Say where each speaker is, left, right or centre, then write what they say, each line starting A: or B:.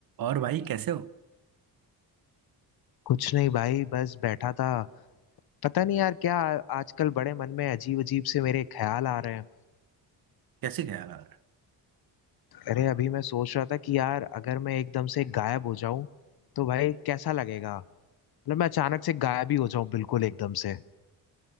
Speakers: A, on the right (about 55°); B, on the left (about 60°).
A: और भाई कैसे हो
B: कुछ नहीं भाई, बस बैठा था। पता नहीं यार क्या आजकल बड़े मन में अजीब-अजीब से मेरे ख्याल आ रहे हैं।
A: कैसे ख्याल आ रहा है
B: अरे अभी मैं सोच रहा था कि यार अगर मैं एकदम से गायब हो जाऊं तो भाई कैसा लगेगा? मतलब मैं अचानक से गायब ही हो जाऊं बिल्कुल एकदम से।